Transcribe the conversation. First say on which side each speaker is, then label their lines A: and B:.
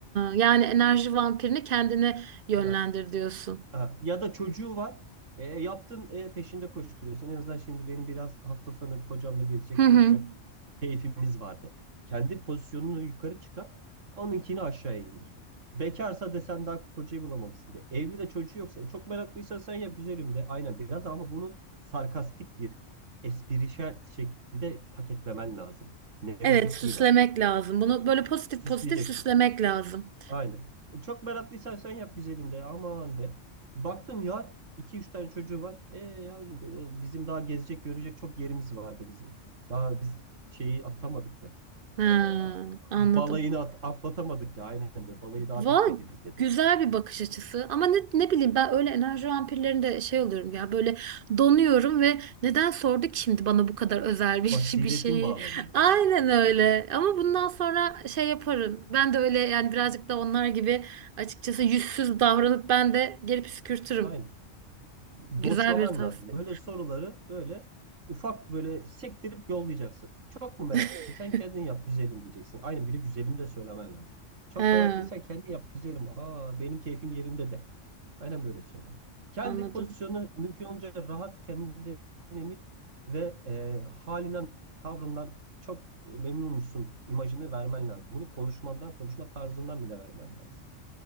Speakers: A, on the right (about 55°); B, on the right (about 85°).
A: yani enerji vampirini kendine yönlendir
B: Ha,
A: diyorsun.
B: Ha, Ya da çocuğu var. E, yaptın e, peşinde koşturuyorsun. En azından şimdi benim biraz hafta sonu kocamla gezecek
A: Hı hı.
B: tozacak keyfimiz vardı. Kendi pozisyonunu yukarı çıkar. Onunkini aşağıya indir. Bekarsa desen daha kocayı bulamamışsın de. Evli de çocuğu yoksa. e, çok meraklıysan sen yap güzelim de. Aynen biraz ama bunu sarkastik bir esprişel şekilde paketlemen lazım. Negatif
A: Evet, süslemek
B: değil ha.
A: lazım. Bunu böyle pozitif
B: Süsleyeceksin.
A: pozitif süslemek lazım.
B: Aynen. E, çok meraklıysan sen yap güzelim de aman de. Baktım yar iki üç tane çocuğu var. E yavrum de, o- bizim daha gezecek görecek çok yerimiz vardı bizim. Daha biz şeyi atamadık de.
A: Ha,
B: E,
A: anladım.
B: balayını at- atlatamadık de. aynen de. Balayı daha
A: Va
B: bitmedi bizde de.
A: güzel bir bakış açısı. Ama ne, ne bileyim ben öyle enerji vampirlerinde şey oluyorum ya böyle donuyorum ve neden sordu ki şimdi bana bu kadar özel bir,
B: Basiretin
A: <laughs> bir şeyi?
B: bağlanıyor.
A: Aynen öyle. Ama bundan sonra şey yaparım. Ben de öyle yani birazcık da onlar gibi açıkçası yüzsüz davranıp ben de geri püskürtürüm.
B: Aynen.
A: Güzel
B: Doçlaman
A: bir tavsiye.
B: lazım. Böyle soruları böyle ufak böyle sektirip yollayacaksın. Çok mu meraklısın?
A: <laughs>
B: Sen kendin yap güzelim diyeceksin. Aynı biri güzelim de söylemen lazım. Çok
A: He,
B: meraklıysan kendin yap güzelim. Aa benim keyfim yerinde de. Aynen böyle söyle. Kendi
A: anladım.
B: pozisyonuna mümkün olunca rahat, kendinden emin ve e, halinden, tavrından çok e, memnunmuşsun imajını vermen lazım. Bunu konuşmandan, konuşma tarzından bile vermen lazım.